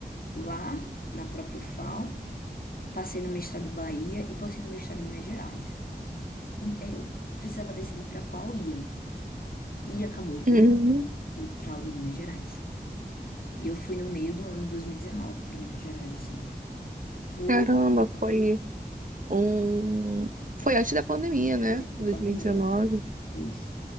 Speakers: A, on the left; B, on the right.
A: Lá, na própria FAO, passei no mestrado em Bahia e passei no mestrado em Minas Gerais. então Eu precisava decidir para qual ia. E acabou que
B: Uhum.
A: eu decidi ir para o de Minas Gerais. E eu fui no meio do ano de 2019 para Minas Gerais, assim. Fui,
B: Caramba, foi um. Foi antes da pandemia, né?
A: durante
B: 2019.
A: a pandemia. Isso.